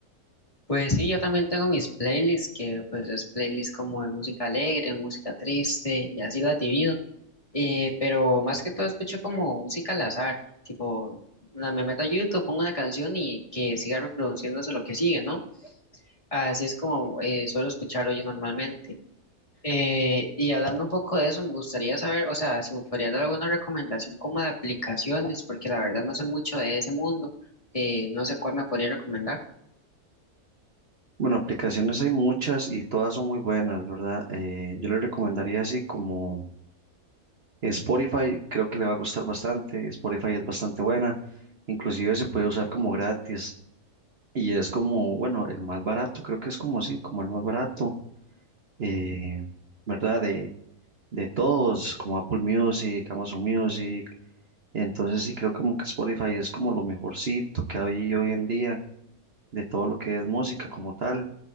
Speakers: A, on the left (about 20°); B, on the right (about 45°).
A: Pues sí, yo también tengo mis playlists, que pues es playlist como de música alegre, música triste y así la divido. Eh, pero más que todo escucho como música al azar, tipo, na- me meto a YouTube, pongo una canción y que siga reproduciéndose lo que sigue, ¿no? Así es como eh, suelo escucharlo yo normalmente. Eh, y hablando un poco de eso, me gustaría saber, o sea, si me podrías dar alguna recomendación como de aplicaciones, porque la verdad no sé mucho de ese mundo, eh, no sé cuál me podría recomendar.
B: Bueno, aplicaciones hay muchas y todas son muy buenas, ¿verdad? Eh, yo le recomendaría así como... Spotify creo que le va a gustar bastante, Spotify es bastante buena, inclusive se puede usar como gratis y es como, bueno, el más barato, creo que es como así, como el más barato, eh, ¿verdad? De, de todos, como Apple Music, Amazon Music, entonces sí creo como que Spotify es como lo mejorcito que hay hoy en día de todo lo que es música como tal.